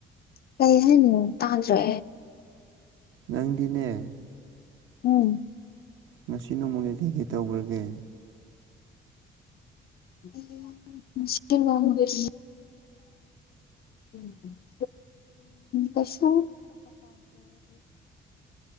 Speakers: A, on the left; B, on the right.
A: ꯀꯩ ꯍꯥꯏꯅꯣ ꯇꯥꯗ꯭ꯔꯦ
B: ꯅꯪꯗꯤꯅꯦ
A: ꯎꯝ
B: ꯉꯁꯤ ꯅꯣꯡꯃꯒꯤ ꯀꯩ ꯀꯩ ꯇꯧꯒ꯭ꯔꯒꯦ
A: <inaudible> <inaudible> <unintelligible> ꯀ꯭ꯂꯥꯁ